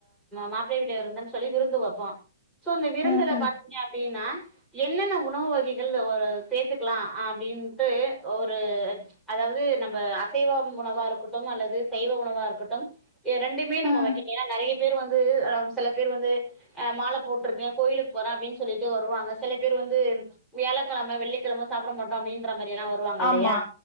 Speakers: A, in the centre; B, on the left (about 15°).
A: மாப்பிளையை வீட்ட விருந்தன் சொல்லி விருந்து வப்போம் சோ இந்த விருந்துல
B: ம் ம்
A: பாத்தீங்க அப்டின்னா என்னென்ன உணவு வகைகள் ஒரு சேர்த்துக்கலாம் அப்டின்ட்டு ஒரு அதாவது நம்ம அசைவ உணவா இருக்கட்டும் அல்லது சைவ உணவா இருக்கட்டும் ரெண்டுமே நம்ம
B: ம்
A: வெக்கனு ஏன்னா நெறைய பேர் வந்து சில பேர் வந்து அ மாலை போட்டிருக்கே கோயிலுக்கு போறேன் அப்டின்னு சொல்லிட்டு வருவாங்க சில பேர் வந்து வியாழக்கிழம வெள்ளிக்கிழம சாப்பட மாட்டோ அப்டின்ற மாதிரி எல்லா வருவாங்க இல்லையா
B: ஆமா